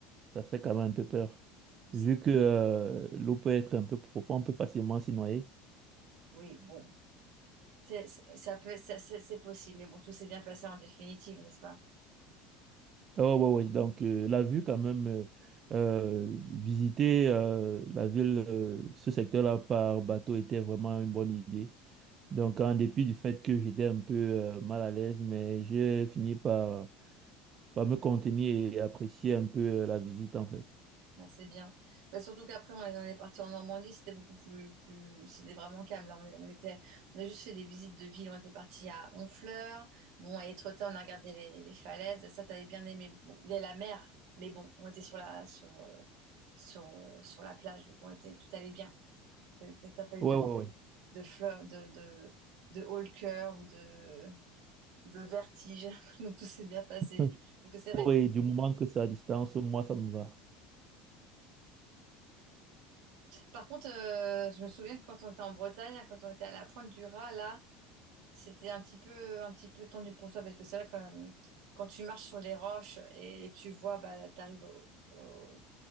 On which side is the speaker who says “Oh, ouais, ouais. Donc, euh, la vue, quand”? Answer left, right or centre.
Right